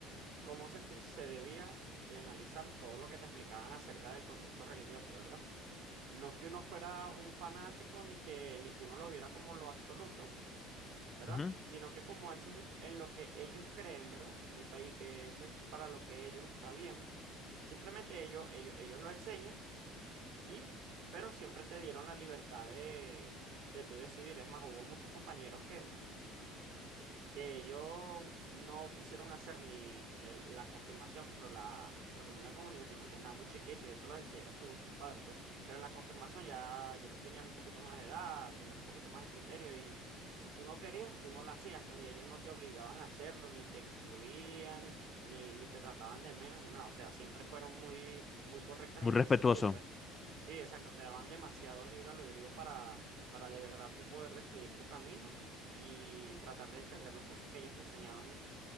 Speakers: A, on the right; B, on the left.
A: cómo se, te- se debía de analizar todo lo que te explicaban acerca del contexto religioso, ¿verdad? No que uno fuera un fanático ni que, ni que uno lo viera como lo absoluto, ¿verdad?
B: Ujú.
A: Sino que como eso es en lo que ellos creen, ¿verdad? Y, pa- y que eso es para lo que ellos está bien. Simplemente ellos, ellos, ellos lo enseñan Y, pero siempre te dieron la libertad de, de tú decidir. Es más, hubo muchos compañeros que, mm, que ellos no quisieron hacer ni le- la confirmación, claro, la, la primera comunión sí porque estaban muy chiquitos y eso lo decidiera su- sus padres, pues, pero en la confirmación ya, ya tú tenías un poquito más de edad, tenías un poquito más de criterio y si tú no querías, tú no la hacías, pues, y ellos no te obligaban a hacerlo, ni te excluían, ni, ni te trataban de menos, ni nada, o sea, siempre fueron muy, muy correctas
B: Muy
A: en ese
B: respetuoso.
A: sentido, pues. Sí, exacto, te daban demasiado libre albedrío para, para de verdad tú poder decidir tu camino y tratar de entender las cosas que ellos te enseñaban,